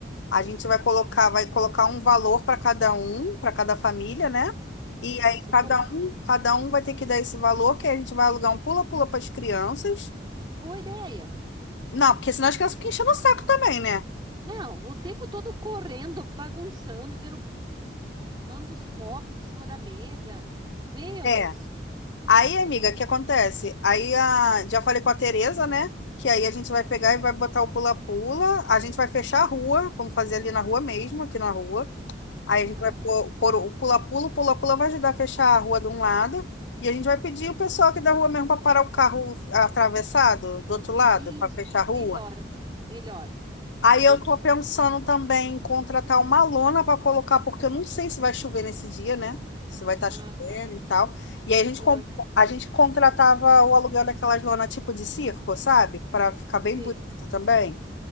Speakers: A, on the left (about 80°); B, on the right (about 25°).
A: a gente vai colocar, vai colocar um valor para cada um, para cada família, né?
B: Isso,
A: E aí cada
B: boa.
A: um, cada um vai ter que dar esse valor, que aí a gente vai alugar um pula-pula para as crianças.
B: Boa ideia.
A: Não, porque senão as crianças ficam enchendo o saco também, né?
B: Não, o tempo todo correndo, bagunçando, derrubando os copos de cima da mesa. Meu
A: É.
B: Deus.
A: Aí, amiga, o que acontece? Aí a... já falei com a Tereza, né? Que aí a gente vai pegar e vai botar o pula-pula. A gente vai fechar a rua, vamos fazer ali na rua mesmo, aqui na rua. Aí
B: Aham.
A: a gente vai pôr, pôr o pula-pula, o pula-pula vai ajudar a fechar a rua de um lado. E a gente vai pedir o pessoal aqui da rua mesmo para parar o carro ah, atravessado do outro lado,
B: Isso,
A: para fechar a
B: melhor
A: rua.
B: assim, melhor.
A: Aí
B: Porque
A: eu tô pensando também em contratar uma lona para colocar, porque eu não sei se vai chover nesse dia, né? Se vai estar
B: Ah,
A: chovendo
B: tá.
A: e tal. E aí a gente,
B: Melhor
A: com-
B: garantir.
A: a gente contratava o aluguel daquelas lonas tipo de circo, sabe? Para ficar bem
B: Sei.
A: bonito também.